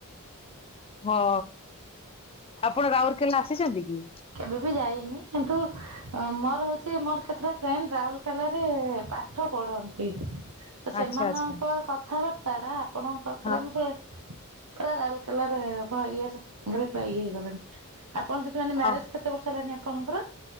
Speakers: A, on the left; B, on the right.
A: ହଁ ଆପଣ ରାଉରଲକେଲା ଆସିଛନ୍ତି କି?
B: କେବେ ବି ଯାଇନି କିନ୍ତୁ ମୋର ହଉଛି ମୋର କେତେଟା ଫ୍ରେଣ୍ଡ ରାଉରଲକେଲାରେ ପାଠ ପଢନ୍ତି। ତ ସେମାନଙ୍କ
A: ଆଚ୍ଛା ଆଚ୍ଛା
B: କଥାବାର୍ତ୍ତା ଟା ଆପଣଙ୍କ ପରେ
A: ହଁ
B: ଆମ ସେ ପୁରା ରାଉଲକେଲାରେ ପୁରା ଇଏ ହେଇଗଲଖଣି ଆପଣ ସେଠି ମ୍ୟାରେଜ
A: ହଁ
B: କେତେ ବର୍ଷ ହେଲାଣି ଆପଣଙ୍କର?